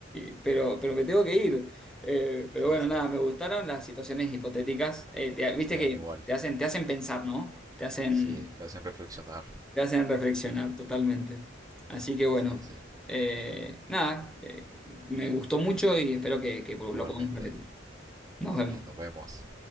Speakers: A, in the centre; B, on the right (about 20°).
A: y- pero, pero me tengo que ir. Eh, pero
B: sí,
A: bueno,
B: sí,
A: nada, me gustaron las situaciones hipotéticas. Eh, te- viste
B: sí, a
A: que
B: mí igual,
A: te hacen, te hacen pensar, ¿no? Te hacen,
B: sí, te hacen reflexionar,
A: te hacen reflexionar totalmente. Así que bueno,
B: sí, sí,
A: eh, nada, eh, me gustó mucho y espero que, que lo
B: igualmente,
A: podamos repetir. Nos
B: sí,
A: vemos.
B: nos vemos.